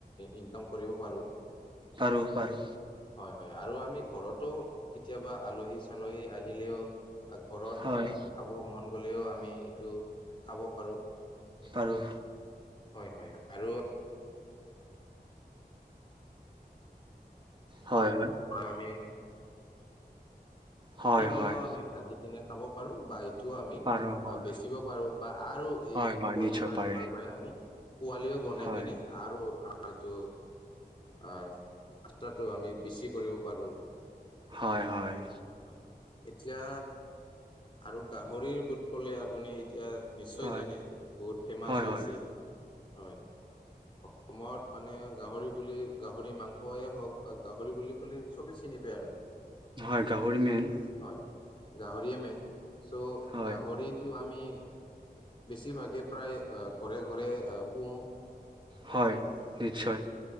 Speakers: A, on the left (about 30°); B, on the right (about 30°).
A: ইনকাম কৰিব পাৰো
B: পাৰো পাৰো
A: হয় হয়, আৰু আমি ঘৰতো কেতিয়াবা আলহী-চালহী আহিলেও ঘৰত
B: হয়
A: অহ, খাব মন গলেও আমি এইটো খাব পাৰো।
B: বাৰু।
A: হয়, হয়, আৰু
B: হয় হয়
A: আমি,
B: হয়
A: সেইবিলাকও
B: হয়।
A: আমি ভাজি কেনে খাব পাৰো বা? টোও আমি
B: আৰু হয়,
A: আ বেচিব পাৰো, বা আৰু
B: হয়,
A: এই
B: হয়,
A: কণী
B: নিশ্চয়
A: বা
B: পাৰে,
A: ডিমাৰ পৰাই আমি পোৱালিও বনাই
B: হয়,
A: কেনে, আৰু আমাৰ যো অহ, মাত্ৰাটো আমি বেছি কৰিব পাৰো।
B: হয়, হয়।
A: হয় এতিয়া, আৰু গাহৰিৰ বুলি ক'লে আপুনি এতিয়া নিশ্চয়
B: হয়।
A: জানে, বহুত ফেমাচ
B: হয়,
A: হৈছি।
B: হয়,
A: হয়, অসম সময়ত মানে, গাহৰি বুলি গাহৰি মাংসয়েই হওক, বা গাহৰি বুলি ক'লেই চবেই চিনি পায় আৰু।
B: হয়, গাহৰি মেইন।
A: হয় গাহৰিয়ে মেইন, চ'
B: হয়,
A: গাহৰিটো আমি বেছিভাগে প্ৰায়েই অহ, ঘৰে ঘৰে অহ-পোহ।
B: হয়, নিশ্চয়।